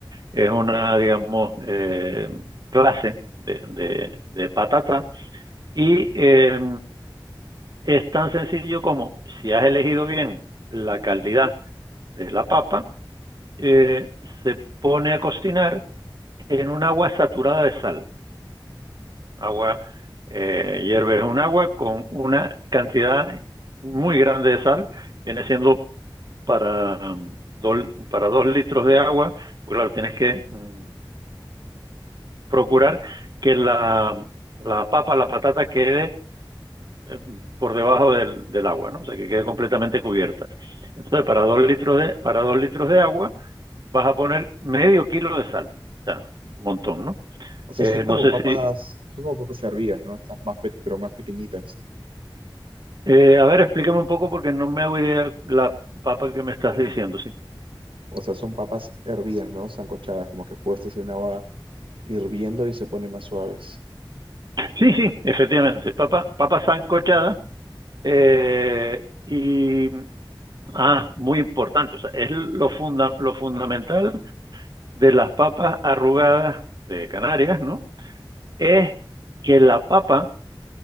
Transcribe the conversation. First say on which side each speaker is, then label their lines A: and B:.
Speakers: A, on the right; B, on the right.
A: es una, digamos, eh, clase de, de, de patata y eh, es tan sencillo como si has elegido bien la calidad de la papa, eh, se pone a cocinar en un agua saturada de sal. Agua, eh, hierves un agua con una cantidad muy grande de sal, viene siendo para, do, para dos litros de agua, pues claro, tienes que mm, procurar que la, la papa, la patata quede eh, por debajo del, del, agua, ¿no? O sea, que quede completamente cubierta. Entonces, para dos litros de, para dos litros de agua vas a poner medio kilo de sal. O sea, un montón, ¿no?
B: O sea,
A: Eh,
B: son como
A: no sé
B: papas,
A: si...
B: son como papas hervidas, ¿no? Estas más, pe- pero más pequeñitas.
A: Eh, a ver, explícame un poco porque no me hago idea la papa que me estás diciendo, sí.
B: O sea, son papas hervidas, ¿no? Sancochadas, como que puestas en agua hirviendo y se ponen más suaves.
A: Sí, sí, efectivamente. Papa, papa sancochada eh, y... Ah, muy importante. O sea, es lo, funda, lo fundamental de las papas arrugadas de Canarias, ¿no? Es que la papa